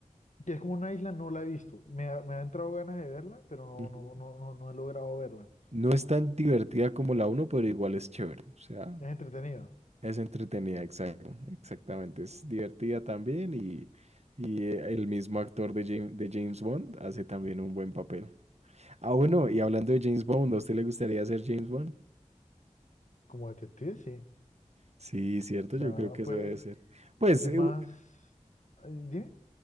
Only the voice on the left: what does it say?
Y es como una isla, no la he visto. Me ha, me ha entrado ganas de verla, pero no,
no, no, no, no he logrado verla.
Es entretenida.
Como detective, sí.
O
sea,
pues
es
más...
eh, ¿Dime?